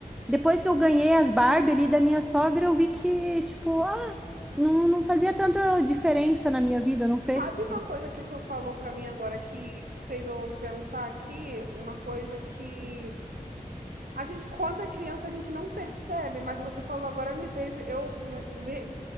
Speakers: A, in the centre; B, on the right.
A: Depois que eu ganhei as Barbie ali da minha sogra, eu vi que, tipo, ah, não, não fazia tanta diferença na minha vida, não fez?
B: Sabe uma coisa que tu falou pra mim agora que fez eu pensar aqui? Uma coisa que a gente, quando é criança, a gente não percebe, mas você falou agora me fez eu ver-